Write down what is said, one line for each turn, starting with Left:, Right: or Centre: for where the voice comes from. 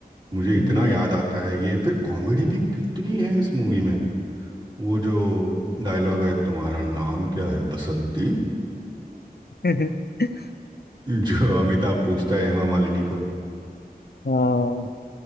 Right: मुझे
Left: हम्म
Right: इतना याद आता है ये फिर कॉमेडी भी कितनी है इस मूवी में वो जो डायलॉग है तुम्हारा नाम क्या है बसंती
Left: <laughs>
Right: <laughs> जो अमिताभ पूछता है हेमा मालिनी को
Left: हाँ